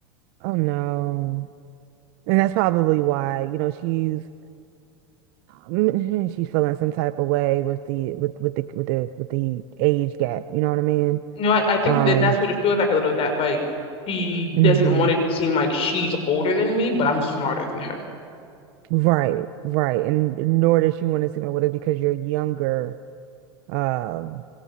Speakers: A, on the right; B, on the left.
A: Oh no. And that's probably why, you know, she's mm, she's feeling some type of way with the with with the with the with the age gap. You know what I mean?
B: You know, I, I think
A: Um.
B: that that's what it feels like a little that like she
A: mhm.
B: doesn't want it to seem like she's older than me, but I'm smarter than her.
A: Right. Right. And nor does she want to seem like what it is because you're younger. Um.